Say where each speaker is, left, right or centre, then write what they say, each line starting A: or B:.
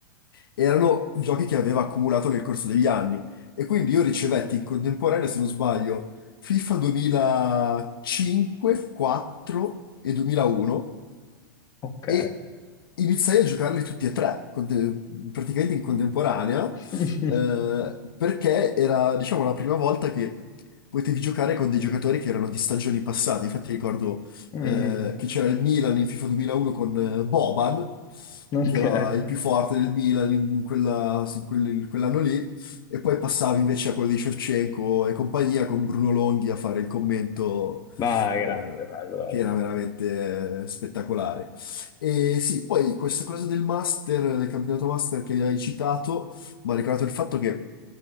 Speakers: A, on the left; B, on the left.
A: erano giochi che aveva accumulato nel corso degli anni e quindi io ricevetti in contemporanea, se non sbaglio, FIFA 2005, 4 e 2001
B: Ok.
A: e iniziai a giocarli tutti e tre, conte- praticamente in contemporanea,
B: <laughs>
A: eh, perché era, diciamo, la prima volta che potevi giocare con dei giocatori che erano di stagioni passate. Infatti ricordo
B: Mm,
A: eh, che c'era il Milan in FIFA 2001 con eh, Boban,
B: ok.
A: che era il più forte del Milan in quella- in quel- in quell'anno lì, e poi passavi invece a quello di Shevchenko e compagnia con Bruno Longhi a fare il commento
B: Va, grande,
A: eh,
B: bello, bello.
A: che era veramente eh, spettacolare. E sì, poi questa cosa del master, del campionato master che hai citato, mi ha ricordato il fatto che